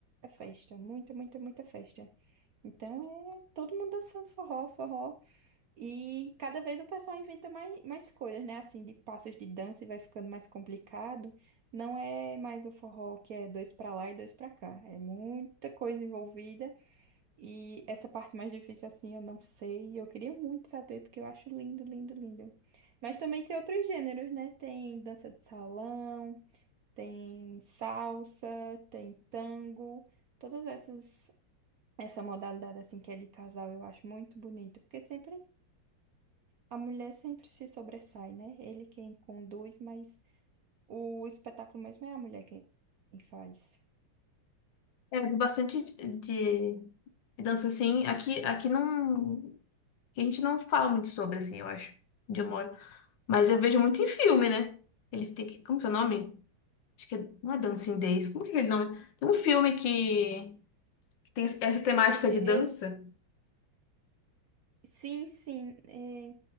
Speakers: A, on the right (about 60°); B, on the left (about 70°).
A: festa, muita, muita, muita festa. Então é todo mundo dançando forró, forró. E cada vez o pessoal inventa mais, mais coisas, né? Assim, de passos de dança e vai ficando mais complicado. Não é mais o forró que é dois pra lá e dois pra cá. É muita coisa envolvida. E essa parte mais difícil, assim, eu não sei. Eu queria muito saber, porque eu acho lindo, lindo, lindo. Mas também tem outros gêneros, né? Tem dança de salão, tem salsa, tem tango. Todas essas, essa modalidade, assim, que é de casal, eu acho muito bonito. Porque sempre, a mulher sempre se sobressai, né? Ele quem conduz, mas o espetáculo mesmo é a mulher quem quem faz.
B: É, eu vi bastante de, de dança assim. Aqui, aqui não. aqui A gente não fala muito sobre, assim, eu acho, onde eu moro. Mas eu vejo muito em filme, né? Ele tem que. Como que é o nome? Acho que é, não é Dancing Days. Como que é aquele nome? Tem um filme que, que tem essa temática
A: E-
B: de dança.
A: Eu Sim, sim. É,